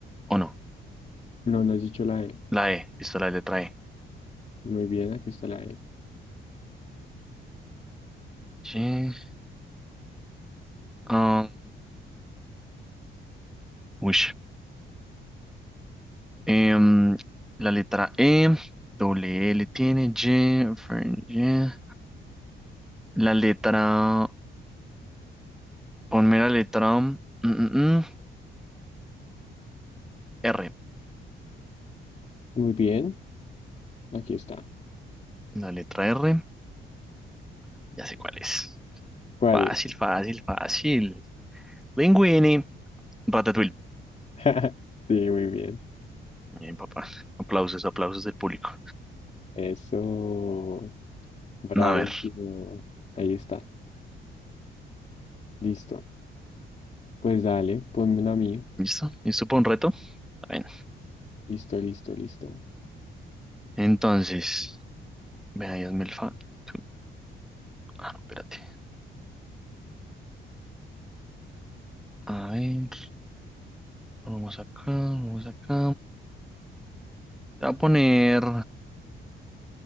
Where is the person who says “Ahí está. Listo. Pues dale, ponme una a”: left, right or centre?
Left